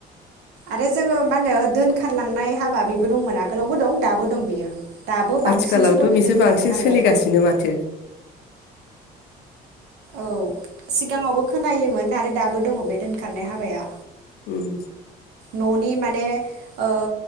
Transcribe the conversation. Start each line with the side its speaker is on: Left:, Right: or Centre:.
Right: आरो जोङो मा होनो दोनखारलांनाय हाबा बेबो दंमोन आगोलावबो दं दाबो दं बियो दाबो बांसिनसो
Left: आथिखालावथ'
Right: दं बे
Left: बिसोर
Right: दोनखारनाय
Left: बांसिन
Right: हाबायाथ'
Left: सोलिगासिनो माथो
Right: औ सिगाङावबो खोनायोमोन आरो दाबो दङ बे दोनखारनाय हाबाया
Left: उम
Right: न'नि माने ओ